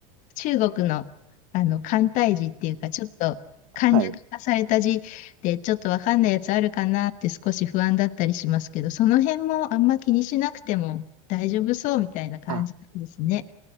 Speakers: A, on the left; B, on the right.
A: 中国の、あの簡体字っていうか、ちょっと簡略化された字で、
B: はい。
A: ちょっとわかんないやつあるかなって少し不安だったりしますけど、その辺もあんま気にしなくても大丈夫そうみたいな感じなんですね。
B: あ、